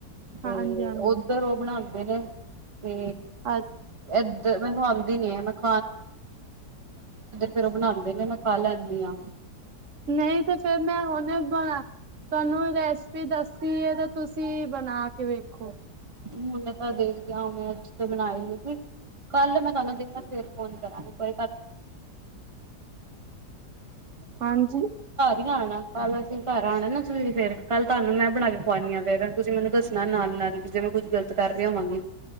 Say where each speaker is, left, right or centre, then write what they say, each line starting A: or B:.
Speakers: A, on the right; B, on the right.
A: ਤੇ
B: ਹਾਂਜੀ-ਹਾਂਜੀ,
A: ਉਧਰ ਉਹ ਬਣਾਉਦੇ ਨੇ ਤੇ
B: ਅੱਜ
A: ਇੱਧਰ ਮੈਨੂੰ ਆਉਂਦੀ ਨੀ ਹੈ। <inaudible> ਫੇਰ, ਉਹ ਬਣਾਉਂਦੇ ਨੇ, ਮੈਂ ਖਾ ਲੈਂਦੀ ਹਾਂ।
B: ਨਈ ਤੇ ਫੇਰ ਮੈਂ ਹੁਨੇ ਬਣਾ, ਤੁਹਾਨੂੰ ਰੈਸ ਪੀ ਦੱਸੀ ਏ, ਤਾਂ ਤੁਸੀਂ ਬਣਾ ਕੇ ਵੇਖੋ?
A: ਹੁਨ ਤਾਂ ਦੇਖਦੇ ਓਨੇ, ਅੱਜ ਤੋਂ ਬਣਾ ਈ ਲਈ ਸੀ। ਕੱਲ੍ਹ ਮੈਂ ਤੁਹਾਨੂੰ ਦੇਖਦੀ ਫੇਰ ਫੋਨ ਕਰਾਗੀ। <inaudible> ਘਰ
B: ਹਾਂਜੀ,
A: ਹੀ ਆਣਾ, ਕੱਲ੍ਹ ਅਸੀਂ ਘਰ ਆਂਣਾ ਨਾ ਸਵੇਰੇ ਫੇਰ, ਕੱਲ ਤੁਆਨੂੰ ਮੈਂ ਬਣਾ ਕੇ ਖੁਆਨੀ ਆ, ਫੇਰ ਤੁਸੀਂ ਮੈਨੂੰ ਦੱਸਣਾ, ਨਾਲ-ਨਾਲ ਹੀ ਜਿਵੇਂ ਕੁੱਝ ਗਲਤ ਕਰ ਰਹੀ ਹੋਵਾਂਗੀ।